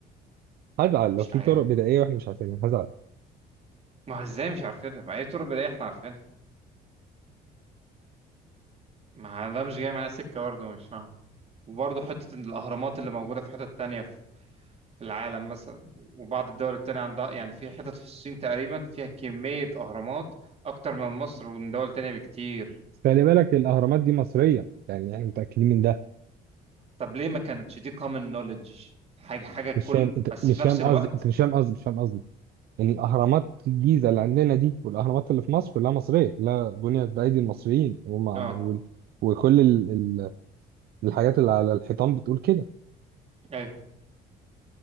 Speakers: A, on the right; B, on the right.
A: هزعل لو
B: مش
A: في
B: عارف
A: طرق بدائية واحنا مش عارفينها هزعل
B: ما هو إزاي مش عارفينها ما أي طرق بدائية إحنا عارفينها ما ده مش جاي معايا سكة برضه مش فاهم وبرضه حتة إن الأهرامات اللي موجودة في حتت تانية في في العالم مثلا وبعض الدول التانية عندها يعني في حتت في الصين تقريبا فيها كمية أهرامات أكتر من مصر ومن دول تانية بكتير
A: بس خلي بالك الأهرامات دي مصرية يعني احنا متأكدين من ده
B: طب ليه ما كانتش دي common knowledge حاجة حاجة كل
A: مش فاهم انت
B: بس
A: مش
B: في نفس
A: فاهم
B: الوقت
A: قصدي انت مش فاهم قصدي مش فاهم قصدي ان الأهرامات الجيزة اللي عندنا دي والأهرامات اللي في مصر كلها مصرية كلها بنيت بأيدي المصريين وما
B: اه
A: وال- وكل ال... ال... الحاجات اللي على الحيطان بتقول كده
B: ايوه